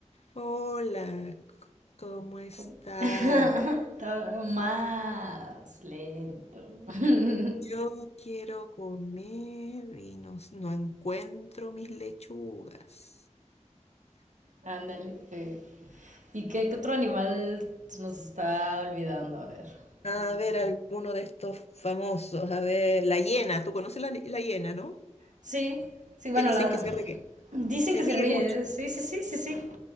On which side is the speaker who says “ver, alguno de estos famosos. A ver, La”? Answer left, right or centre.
Left